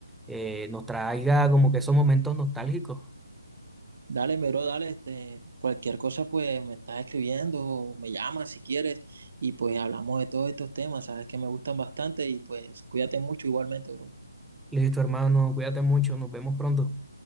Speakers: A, in the centre; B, on the right.
A: eh, nos traiga como que esos momentos nostálgicos.
B: Dale, mi bro, dale, este, cualquier cosa, pues me estás escribiendo o me llamas si quieres y pues hablamos de todos estos temas, sabes que me gustan bastante y pues cuídate mucho igualmente, bro.
A: Listo, hermano, cuídate mucho, nos vemos pronto.